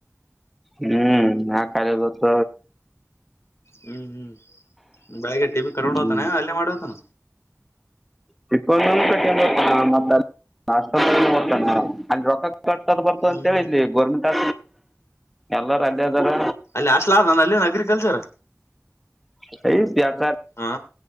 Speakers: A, in the centre; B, on the left.
A: ಹ್ಮ್ ಆ ಕಾರ್ಯದತ್ತ
B: ಹ್ಮ್ ಹ್ಮ್ ಬೆಳಿಗ್ಗೆ ಟಿ ಬಿ ಕರ್ಕೊಂಡ ಹೋಗತಾನ
A: ಹ್ಮ್
B: ಅಲ್ಲೇ ಮಾಡತಾನ
A: ಚಿಕ್ಕಂದ ಕಟ್ಟನುತಾನ ಮಾಷ್ಟತಾನ ಅ ರ ಕಟ್ಟದ ಬರ್ತ
B: ಹ್ಮ್
A: ಅಂತೇ
B: ಹ್ಮ್
A: ಇಲ್ಲಿ ಗೋರ್ಮೆಂಟ್ ಆ ಎಲ್ಲರ ಅಲ್ಲಿದರ
B: ಅಲ್ಲಿ ಅಷ್ಟಲ ಆದಾನ ಅಲ್ಲಿನ್ ಅಗ್ರಿಕಲ್ಚರ್
A: <inaudible>
B: ಹಾ